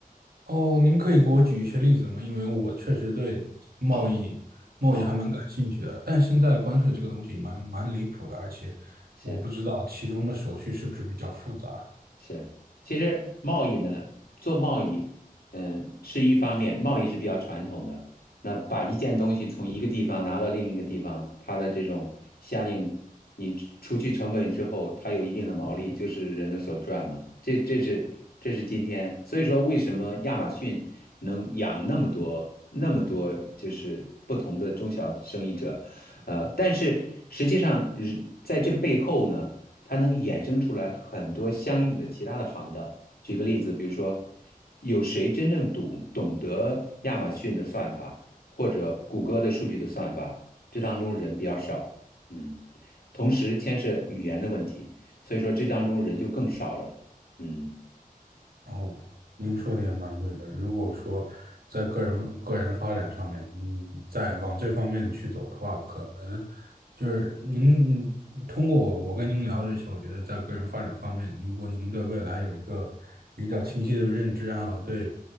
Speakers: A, on the right (about 85°); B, on the left (about 85°).
A: 哦，您可以给我举一些例子吗？因为我确实对贸易贸易还蛮感兴趣的，
B: 好，好，
A: 但现在关税这个东西蛮蛮离谱的，
B: 嗯，
A: 而且我不知道其中的手续是不是比较复杂，
B: 是。是，其实贸易呢，做贸易，嗯，是一方面，贸易是比较传统的。那把一件东西从一个地方拿到另一个地方，它的这种相应，你除除去成本之后，它有一定的毛利，就是人的所赚嘛。这这是这是今天，所以说为什么亚马逊能养那么多那么多就是不同的中小生意者，呃，但是实际上在这背后呢。它能衍生出来很多相应的其他的行当。举个例子，比如说，有谁真正懂懂得亚马逊的算法，或者谷歌的数据的算法？这当中人比较少，嗯，同时牵涉语言的问题，所以说这当中人就更少了，嗯。
A: 哦，您说的也蛮对的。如果说在个人个人发展上面，嗯，在往这方面去走的话，可能就是您通过我跟您聊这些，我觉得在个人发展方面，如果您对未来有一个比较清晰的认知，还有对